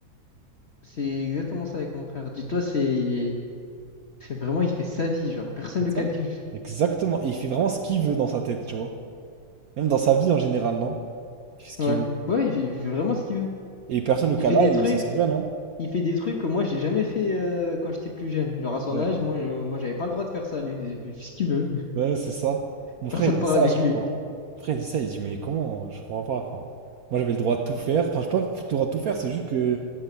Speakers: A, on the left; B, on the right.
A: C'est exactement ça avec mon frère. Dis-toi, c'est c'est vraiment, il fait sa vie, genre, personne
B: C'est
A: ne le
B: ça?
A: calcule.
B: Exactement. Et il fait vraiment ce qu'il veut dans sa tête, tu vois. Même dans sa vie en général, non? Il fait ce qu'il
A: Ouais,
B: veut.
A: ouais, il fait, il fait vraiment ce qu'il veut.
B: Et personne le cas
A: Il fait
B: là,
A: des
B: et
A: trucs,
B: il s'en sort bien, non?
A: il fait des trucs que moi, j'ai jamais fait euh, quand j'étais plus jeune. Genre, à son
B: Ouais.
A: âge, moi, je, moi, j'avais pas le droit de faire ça. Lui, il faisait ce qu'il veut.
B: Ouais, c'est ça.
A: <laughs>
B: Mon frère,
A: Personne
B: il dit
A: parle
B: ça
A: avec
B: à chaque
A: lui.
B: fois. Mon frère, il dit ça, il dit, mais comment? Je comprends pas. Enfin, moi, j'avais le droit de tout faire. Enfin, je sais pas le droit de tout faire, c'est juste que,